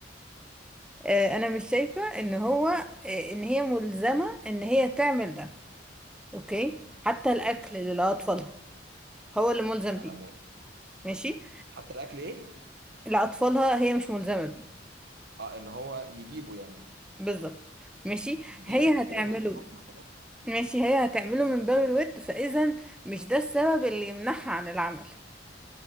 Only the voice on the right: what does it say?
ماشي
اوكي
انا
موافق
حتى الاكل ايه
اه ان هو يجيبه يعني
ديل
اوكي
ما اتفقنا خلاص